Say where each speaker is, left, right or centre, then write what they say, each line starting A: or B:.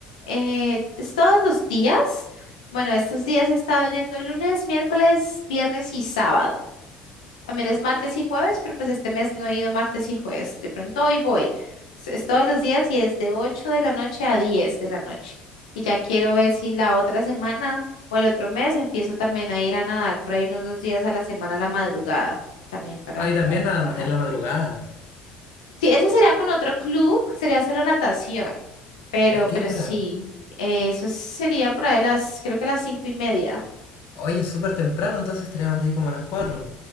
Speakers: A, on the left; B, on the left.
A: eh, ¿es todos los días? Bueno, estos días he estado yendo lunes, miércoles, viernes y sábado. También es martes y jueves, pero pues este mes no he ido martes y jueves. De pronto hoy voy. Es, es todos los días y es de 8 de la noche a 10 de la noche. Y ya quiero ver si la otra semana o el otro mes empiezo también a ir a nadar por ahí unos dos días a la semana a la madrugada, también para,
B: Ah, y también
A: para trabajar.
B: a- en la madrugada.
A: Sí, ese sería con otro club, sería solo natación, pero,
B: ¿A
A: pero
B: qué hora?
A: sí, eh, eso sería por ahí a las, creo que a las cinco y media.
B: Oye, es súper temprano, entonces te levantas ahí como a las cuatro